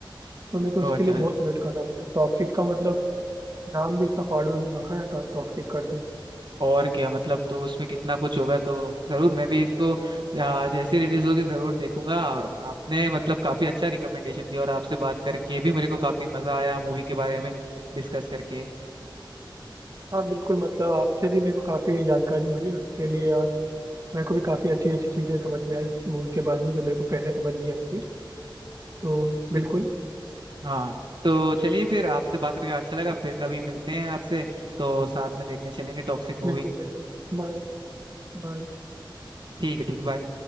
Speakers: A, on the right; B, on the right.
A: तो मैं तो
B: ओह
A: उसके
B: अच्छा
A: लिए बहुत वेट कर रहा हूँ मतलब टॉक्सिक का मतलब नाम भी इतना फाड़ू रखा है टॉक्सिक करके
B: और क्या मतलब तो उसमें कितना कुछ होगा तो जरूर मैं भी इसको आ, जैसे रिलीज होगी जरूर देखूंगा और आपने मतलब काफी अच्छा रिकमेंडेशन दिया और आपसे बात करके भी मेरे को काफी मजा आया मूवी के बारे में डिस्कस करके
A: हाँ बिल्कुल मतलब आपसे भी मेरे को काफी जानकारी मिली उसके लिए मेरे को भी काफ़ी अच्छी अच्छी चीज़ें समझ में आई इस मूवी के बारे में जो मेरे को पहले समझ नहीं आई थी तो बिल्कुल
B: भी- हाँ तो चलिए फिर आपसे बात करके अच्छा लगा फिर कभी मिलते हैं आपसे तो साथ में देखने चलेंगे टॉक्सिक मूवी
A: बिल्कुल बिल्कुल बाय बाय
B: ठीक है ठीक है बाय